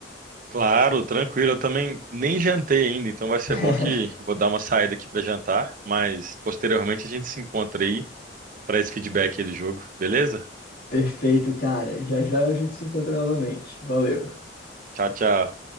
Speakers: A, on the right; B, on the left.
A: Claro, tranquilo. Eu também nem jantei ainda, então vai ser
B: <laughs>
A: bom que eu vou dar uma saída aqui para jantar, mas posteriormente a gente se encontra aí para esse feedback aí do jogo, beleza?
B: Perfeito, cara. Já já a gente se encontra novamente. Valeu.
A: Tchau, tchau.